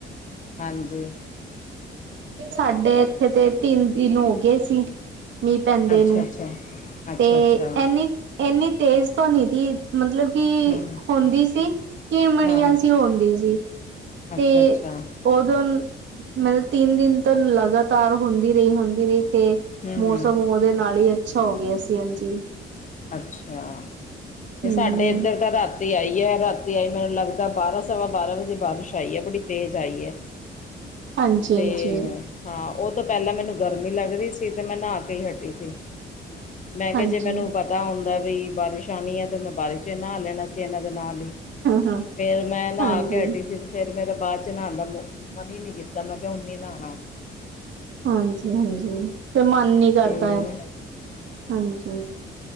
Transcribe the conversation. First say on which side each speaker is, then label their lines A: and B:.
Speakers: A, on the left; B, on the right.
A: ਹਾਂਜੀ।
B: ਸਾਡੇ ਇੱਥੇ ਤੇ ਤਿੰਨ ਦਿਨ ਹੋ ਗਏ ਸੀ। ਮੀਂਹ ਪੈਂਦੇ
A: ਅੱਛਾ
B: ਨੂੰ
A: ਅੱਛਾ ਅੱਛਾ
B: ਤੇ
A: ਅੱਛਾ
B: ਇਨੀ ਇੰਨੀ ਤੇਜ਼ ਤਾਂ ਨੀ ਤੀ ਮਤਲਬ ਕਿ
A: ਹਮ
B: ਹੁੰਦੀ ਸੀ ਕਿਣ ਮਣੀਆਂ
A: ਹਾਂ
B: ਸੀ ਹੁੰਦੀ ਸੀ।
A: ਅੱਛਾ
B: ਤੇ,
A: ਅੱਛਾ
B: ਉਦੋਂ ਮਤਲਬ ਤਿੰਨ ਦਿਨ ਤੋਂ ਲਗਾਤਾਰ ਹੁੰਦੀ ਰਹੀ ਹੁੰਦੀ ਰਹੀ ਤੇ।
A: ਹਮ
B: ਮੌਸਮ
A: ਹਮ
B: ਉਹਦੇ ਨਾਲ ਹੀ ਅੱਛਾ ਹੋ ਗਿਆ ਸੀ ਹਾਂਜੀ।
A: ਅੱਛਾ ਅਤੇ
B: ਹਮ
A: ਸਾਡੇ ਇੱਧਰ ਤਾਂ ਰਾ ਤੇ ਆਈ ਹੈ ਰਾਤੀ ਐੱਸ ਤਰਾ ਲੱਗਦਾ ਬਾਰਾਂ ਸਵਾ ਬਾਰਾਂ ਵਜੇ ਬਾਰਿਸ਼ ਆਈ ਹੈ ਬੜੀ ਤੇਜ਼ ਆਈ ਆ
B: ਹਾਂਜੀ
A: ਤੇ
B: ਹਾਂਜੀ
A: ਹਾ ਉਹ ਤੋਂ ਪਹਿਲਾਂ ਮੈਂਨੂੰ ਗਰਮੀ ਲੱਗ ਰਹੀ ਸੀ ਤੇ ਮੈਂ ਨਹਾ ਕੇ ਹੀ ਹਟੀ ਸੀ ਮੈਂ
B: ਹਾਂਜੀ
A: ਕਿਹਾ ਜੇ ਮੈਨੂੰ
B: ਹਾਂ
A: ਪਤਾ ਹੁੰਦਾ ਵੀ ਬਾਰਿਸ਼ ਆਉਣੀ ਹੈ ਤਾਂ ਮੈਂ ਬਾਰਿਸ਼ ਚ ਨਾਹਾ ਲੈਣਾ ਸੀ ਇਹਨਾਂ ਦੇ ਨਾਲ ਹੀ
B: ਹਾਂ
A: ਫੇਰ ਮੈਂ ਨਹਾ
B: ਹਾਂਜੀ
A: ਕੇ ਹਟੀ ਸੀ ਫੇਰ ਮੇਰੇ ਬਾਅਦ ਚ ਨਹਾਦਾ ਮਨ ਹੀ ਨੀ ਕੀਤਾ ਮੈਂ ਕਿਹਾ ਹੁਣ ਨੀ ਨਹਾਉਣ
B: ਹਾਂਜੀ ਹਾਂਜੀ ਫੇਰ ਮਨ ਨੀ ਕਰਦਾ
A: ਤੇ
B: ਹਾਂਜੀ